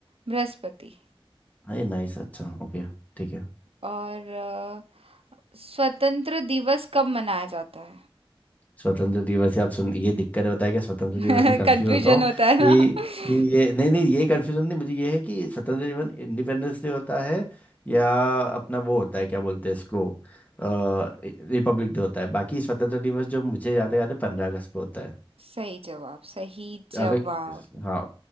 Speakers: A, on the right (about 75°); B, on the left (about 15°).
A: बृहस्पति
B: अरे नाइस अच्छा ओके ठीक है
A: और अ, स्वतंत्र दिवस कब मनाया जाता
B: स्वतंत्र दिवस या आप सुन ये दिक्कत है बताया क्या स्वतंत्र दिवस
A: है
B: में कंफ्यूज
A: <laughs> कंफ्यूजन
B: होता हूँ
A: होता है ना
B: कि
A: <laughs>
B: ये ये नहीं नहीं ये कंफ्यूजन नहीं मुझे ये है कि स्वतंत्र दिवस इंडिपेंडेंस डे होता है या अपना वो होता है क्या बोलते हैं इसको रिपब्लिक डे होता है बाकी स्वतंत्र दिवस जो मुझे याद है याद है पंद्रह अगस्त को होता है
A: सही जवाब सही जवाब
B: अगर हाँ